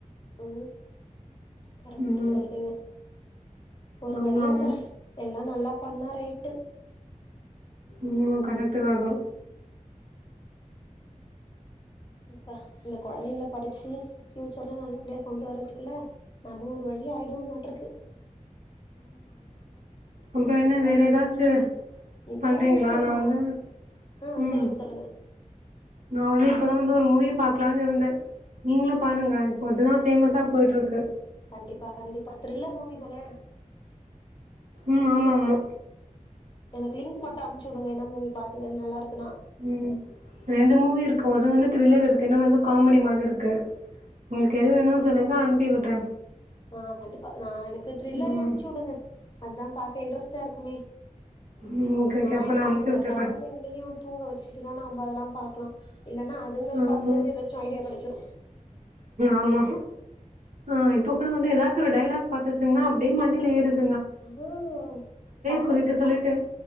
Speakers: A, on the left; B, on the right.
A: உ கரெக்ட்
B: ம்.
A: சொல்ட்டீங்க ஒரு
B: ஆமாமா.
A: வழியா சார் எல்லா நல்லா பண்ணா ரைட்டு
B: உம்மா கரெக்ட்டுதா அது
A: அப்பா இந்த கொழந்தைங்கள படிச்சு ஃபியூச்சர்ல நல்ல அப்டியா கொண்டு வர்றதுக்குள்ள நம்ம ஒரு வழி ஆயிடுவோமாட்றக்கு
B: அப்புறோ என்ன
A: இப்பதா
B: வேற எதாச்சு
A: இப்பதா
B: பண்றீங்களா
A: நம்ம
B: நா வந்து
A: ஆ
B: ம்
A: சொல்லுங்க சொல்லுங்க
B: நா வந்து இப்போதா வந் ஒரு மூவி பாக்கலான்னு இருந்த நீங்களு பாருங்க இப்போ அதுதா ஃபேமஸா போயிட்டு இருக்கு
A: கண்டிப்பா கண்டிப்பா த்ரில்லர் மூவி தான
B: ம் ஆமா ஆமா
A: எனக்கு லிங்க் மட்டு அம்சு உடுங்க என்ன மூவி பாத் து நல்லா இருக்
B: ம் ரெண்டு மூவி இருக்கு ஒன்னு வந்து த்ரில்லர் இருக்கு இன்னொன்னு வந்து காமெடி மாரி இருக்கு உங்களுக்கு
A: ஓகே
B: எது வேணு
A: ஓகே
B: சொல்லுங்கா அனுப்பி விடு ட்ட
A: ஆ கண்டிப்பா நா எனக்கு த்ரில்லரே
B: ம்.
A: அனுப்சு உடுங்க அதா பாக்க இன்ட்ரெஸ்டா இருக்குமே
B: ம். Okay, okay.
A: ஆனா
B: அப்ப
A: என்ன
B: நான் அனுப்பிச்சு
A: இந்த
B: விட்டுடுறேன்.
A: கொழந்தைங்களையு தூங்க வெச்சுட்டுதா நா நம்ம அதெல்லாம் பாக்கலா இல்லன்னா அதுங்களுக்கு
B: ம்.
A: அதுல இருந்து எதாச்சு ஐடியா கெடச்சுரு
B: ஆமா. ஆ இப்ப கூட வந்து எதாச்சு ஒரு டைலாக் பாத்துச்சுங்கன்னா அப்டியே மண்டைல ஏறுது
A: ரொம்போ பா
B: சொல்லிட்டு, சொல்லிட்டு